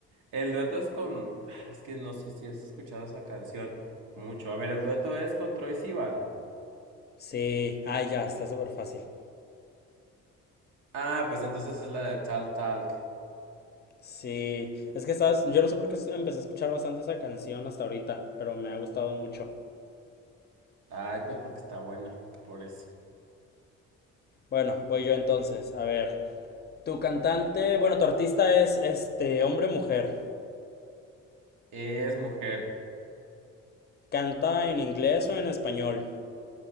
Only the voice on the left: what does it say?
Sí, ay ya, está súper fácil.
Sí, es que sabes, yo no sé por qué empecé a escuchar bastante esa canción hasta ahorita, pero me ha gustado mucho.
Bueno, voy yo entonces, a ver. Tu cantante, bueno, tu artista es este hombre o mujer.
¿Canta en inglés o en español?